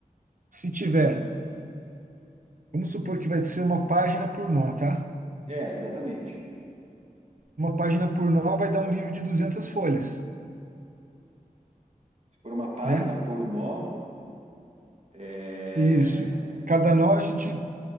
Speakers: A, on the right; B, on the right.
A: Se tiver, vamos supor que vai ser uma página por nó, tá?
B: É, exatamente.
A: Uma página por nó vai dar um livro de 200 folhas,
B: Se for uma página
A: né?
B: por nó, é...
A: Isso. Cada nó a gente